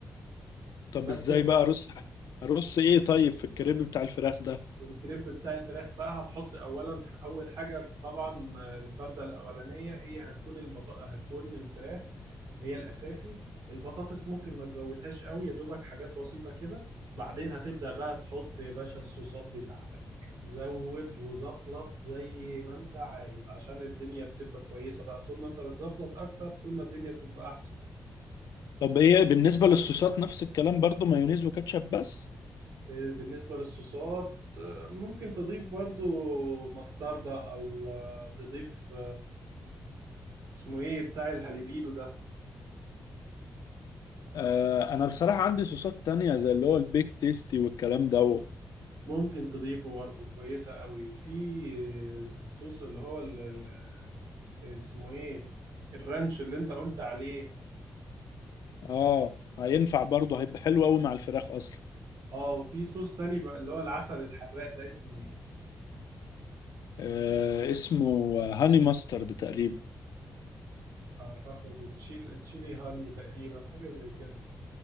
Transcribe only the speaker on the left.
طب
ازاي بقى ارص ارص ايه طيب في الكريب بتاع الفراخ ده
طب ايه بالنسبة للصوصات نفس الكلام برضو مايونيز وكاتشب بس
آه انا بصراحة عندي صوصات تانية زي اللي هو البيك تيستي والكلام دوت
اه هينفع برضو هيبقى حلو قوي مع الفراخ اصلا
آه اسمه هاني ماسترد تقريبا